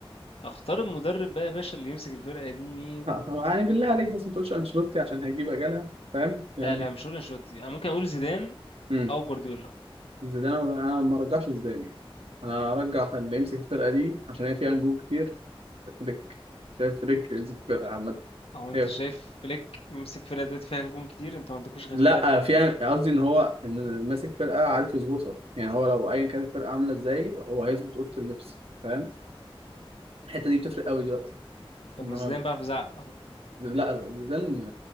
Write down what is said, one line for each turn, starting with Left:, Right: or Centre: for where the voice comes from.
Left: اختار المدرب بقى يا باشا اللي يمسك الفرقة دي مين
Right: <laughs> آه، هو يعني بالله عليك بس ما تقولش أنشيلوتي عشان هيجيب أجلها فاهم يعني
Left: لا لا مش هقول انشيلوتي انا ممكن اقول زيدان
Right: امم
Left: او جوارديولا
Right: زيدان أنا ما رجعش زيدان يعني. أنا هرجع اللي يمسك الفرقة دي عشان هي فيها نجوم كتير فليك شايف فليك يمسك فرقة عامة
Left: او انت
Right: هي-
Left: شايف فليك يمسك فرقة دلوقتي فيها نجوم كتير انتوا ما عندكوش غير
Right: لا
Left: ثلاث نجوم
Right: في يعني،
Left: بس.
Right: قصدي ان هو ان ماسك فرقة عارف يظبطها يعني هو لو ايا كانت الفرقة عاملة ازاي هو هيظبط اوضة اللبس فاهم الحتة دي بتفرق قوي دلوقتي
Left: طب
Right: ان
Left: ما
Right: هو
Left: زيدان بيعرف يزعق
Right: لا لا زيدان